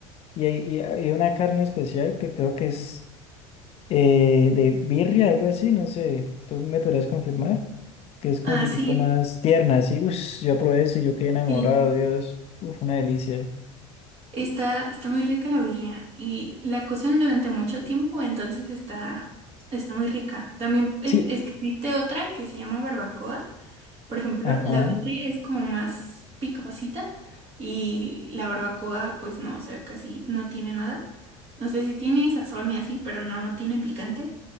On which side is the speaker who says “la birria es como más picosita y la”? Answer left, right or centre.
Right